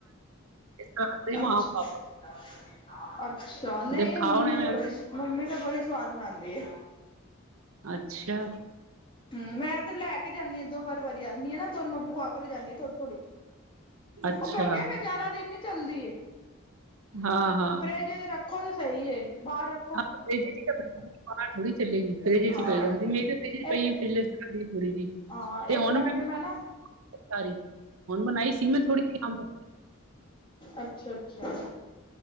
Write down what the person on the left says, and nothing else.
ਅੱਛਾ-ਅੱਛਾ
ਨਹੀਂ
ਮੰਮੀ
ਤਾਂ
ਬੜੀ ਮੰਮੀ ਤਾਂ ਬੜੀ ਸਵਾਦ ਬਣਾਂਦੀ ਐ।
ਹਮ ਮੈਂ ਤੇ ਲੈ ਕੇ ਜਾਨੀ ਹਾਂ ਦੋ ਹਰ ਵਾਰੀ ਆਂਦੀ ਆ ਨਾ ਦੋਨੋ ਗੁਵਾ ਕੇ ਲੈਜਾਂਦੀ ਆ ਥੋੜੀ ਥੋੜੀ।
ਉਹ ਕਿਉਂਕਿ ਬ ਜ਼ਾਰਾ ਦਿਨ ਨੀ ਚੱਲਦੀ।
ਫਰਿੱਜ ਏਜ ਰੱਖੋ ਤੇ ਸਹੀ ਏ ਬਾਹਰ ਰੱਖ
ਹਾਂ
ਇਸ
ਹਾਂ
ਇਸ ਕਰਕੇ
ਮੈਂ ਨਾ
ਅੱਛਾ-ਅੱਛਾ